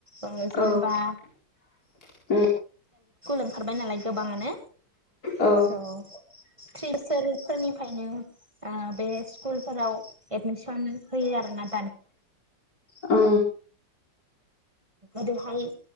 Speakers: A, on the right; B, on the left.
A: ओ जेनेबा
B: औ <inaudible>
A: ओंखारबाय नालाय गोबाङानो
B: औ
A: स <unintelligible> खायनो आ बे स्कुलफोराव एडमिसन होयो आरो ना
B: अ
A: ओरैहाय